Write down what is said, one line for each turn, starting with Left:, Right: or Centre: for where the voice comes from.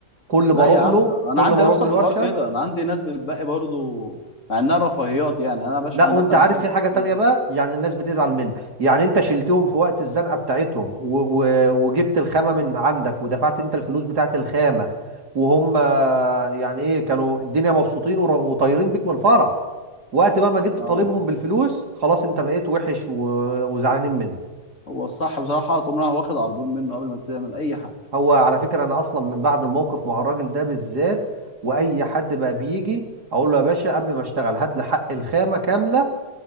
Right: كل ما
Left: لا
Right: اروح
Left: يا عم
Right: له
Left: انا
Right: كل
Left: عندي
Right: ما
Left: نفس
Right: اروح له
Left: الحوار
Right: الورشه
Left: كده انا عندي ناس بتبقى برضو مع انها رفاهيات يعني انا بشحن
Right: لا وانت
Left: مثلا
Right: عارف
Left: في
Right: في حاجه تانية
Left: ال-
Right: بقى يعني الناس بتزعل منك يعني انت شلتهم في وقت الزنقه بتاعتهم و و وجبت الخامه من عندك ودفعت انت الفلوس بتاعت الخامه وهم آه، يعني ايه كانوا الدنيا مبسوطين ور- وطايرين بيك من الفرح وقت بقى ما جيت
Left: اه
Right: تطالبهم بالفلوس خلاص انت بقيت وحش و- وزعلانين منك
Left: هو الصح بصراحه تقوم رايح واخد عربون منه قبل ما تعمل اي حاجه
Right: هو على فكرة أنا أصلا من بعد الموقف مع الراجل ده بالذات وأي حد بقى بيجي أقول له يا باشا قبل ما أشتغل هات لي حق الخامة كاملة